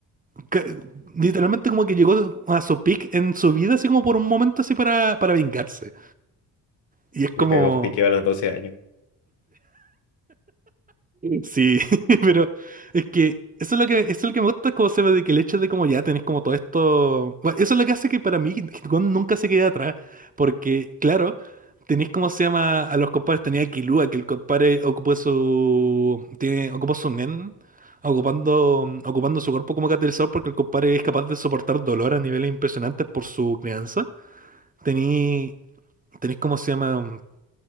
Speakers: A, on the right; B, on the left.
A: ca- literalmente como que llegó a su peak en su vida así como por un momento así para, para vengarse. Y es como
B: vio que Gon piqueó a los 12 años.
A: Sí, <laughs> pero es que eso es lo que, eso es lo que me gusta, como se ve de que el hecho de como ya tenés como todo esto. Bueno, eso es lo que hace que para mí Hitcon nunca se quede atrás. Porque, claro, tenés como se llama a los compadres, tenía a Killua, que el compadre ocupó su. Tiene, ocupó su nen, ocupando, mm, ocupando su cuerpo como catalizador, porque el compadre es capaz de soportar dolor a niveles impresionantes por su crianza. Tení, tenés como se llama